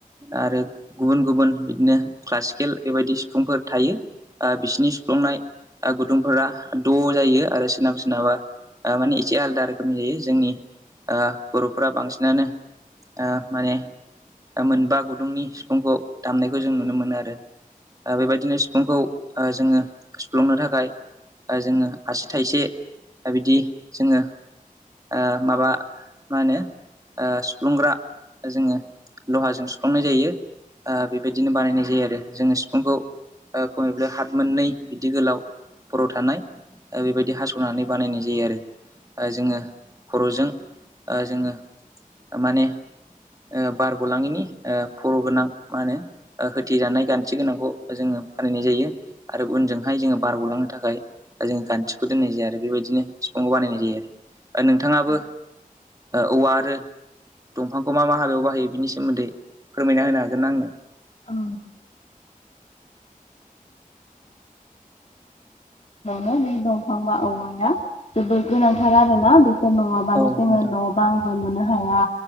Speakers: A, on the right; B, on the left.
A: आरो गुबुन गुबुन बिदिनो क्लासिकेल बेबायदि सिफुंफोर थायो बिसिनि सुफ्लंनाय गुदुंफोरा द' जायो आरो सोरनाबा सोरनाबा माने एसे आलादा रोखोमनि जायो जोंनि ओ बर'फोरा बांसिनानो ओ माने मोनबा गुदुंनि सिफुंखौ दामनायखौ जों नुनो मोनो आरो बेबायदिनो सिफुंखौ जोङो सुफ्लुंनो थाखाय ओ जोङो आसि थाइसे बिदि जोङो ओ माबा मा होनो सुफ्लुंग्रा जोङो लहाजों सुखांनाय जायो बेबायदिनो बानायनाय जायो आरो जोङो सिफुंखौ खमैबो हाथ मोननै बिदि गोलाव खर' थानाय बेबायदि हास'नानै बानायनाय जायो आरो जोङो खर'जों जोङो माने ओ बारग'लाङिनि फर' गोनां मा होनो होथजानाय गान्थि गोनांखौ जोङो बानायनाय जायो आरो उनजोंहाय जोङो बारग'लांनो थाखाय जों गान्थिखौ दोननाय जाया आरो बेबायदिनो सिफुंखौ बानायनाय जायो
B: औ
A: आरो नोंथाङाबो
B: औ
A: औवा आरो दंफांखौ मा मा हाबायाव बाहायो बिनि सोमोन्दै फोरमायना होनो हागोन ना आंनो
B: औ <unintelligible> नो बे दंफां बा औवाया जोबोद गोनांथार आरोना बे दंफां नङाबानो
A: औ
B: जोङो
A: नोंथां
B: न' बांबो लुनो हाया